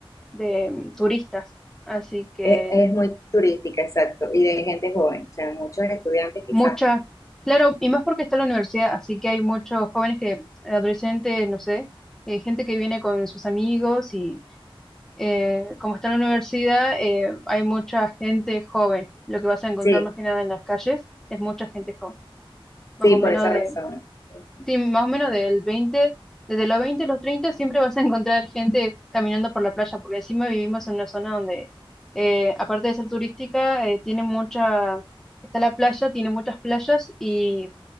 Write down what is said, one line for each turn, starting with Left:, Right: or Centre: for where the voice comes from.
Centre: de mm, turistas, así que
Left: Es, es muy turística, exacto, y de gente joven, o sea, muchos estudiantes quizás.
Centre: Mucha, claro, y más porque está la universidad, así que hay muchos jóvenes que, eh, adolescentes, no sé, eh, gente que viene con sus amigos y eh, como está la universidad, eh, hay mucha gente joven. Lo que vas a encontrar
Left: Sí,
Centre: más que nada en las calles es mucha gente joven, más
Left: sí,
Centre: o
Left: por
Centre: menos
Left: esa razón.
Centre: de,
Left: Ujú.
Centre: sí, más o menos del 20 desde los 20 a los 30 siempre vas a encontrar gente caminando por la playa, porque encima vivimos en una zona donde, eh, aparte de ser turística, eh, tiene mucha... Está la playa, tiene muchas playas y